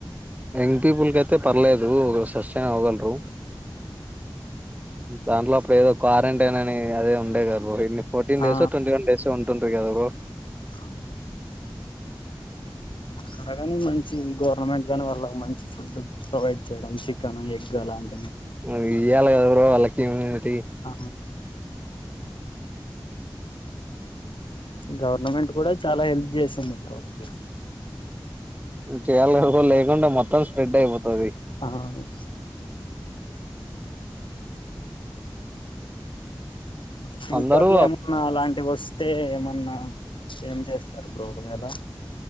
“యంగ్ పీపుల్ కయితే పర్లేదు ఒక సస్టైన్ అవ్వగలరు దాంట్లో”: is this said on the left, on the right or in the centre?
Right